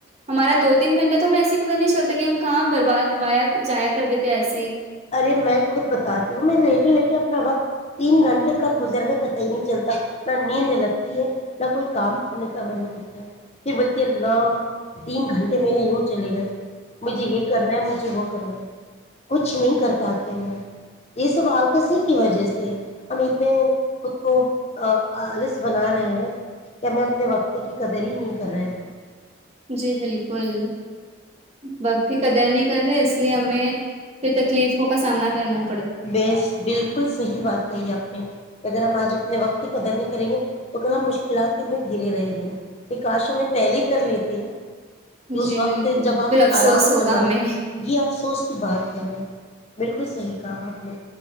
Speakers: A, on the right (about 30°); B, on the left (about 30°).
A: ہمارا دو تین گھنٹہ تو ہمیں ایسے ہی پتہ نہیں چلتا کہ ہم کہاں بربادیا جایا کر دیتے ایسے ہی
B: ارے میں خود بتاتی ہوں میں لیٹے لیٹے اپنا وقت تین گھنٹے کب گزر گئے پت ہی نہیں چلتا نہ نیند لگتی ہے نہ کوئی کام کرنے کا من کرتا ہے پھر بولتی اللہ تین گھنٹے میرے یوں چلے گئے مجھے یہ کرنا ہے مجھے وہ کرنا ہے کچھ کچھ نہیں کر پاتے ہیں یہ سوال کسی کی وجہ سے ہم اتنے خود کو آ آ لس بنا رہے ہیں کیا میں اپنے وقت کی قدر ہی نہیں کر رہے
A: جی بالکل وقت بھی قدر نہیں کر رہے اس لیے ہمیں پھر تکلیفوں کا سامنا کرنا پ
B: بیس بالکل صحیح بات کہی آپ نے کہ اگر ہم آج اپنے وقت کی قدر نہیں کریں گے تو کل ہم مشکلات میں گرے رہیں گے یہ کاش ہمیں پہلے کر لیتے ہیں کہ اس
A: جی
B: وقت
A: بالکل
B: جب ہم
A: پھر افسوس
B: آرام
A: ہوگا
B: پر مارے
A: ہمیں
B: یہ افسوس کی بات ہے نا بالکل صحی کہاں اپ نے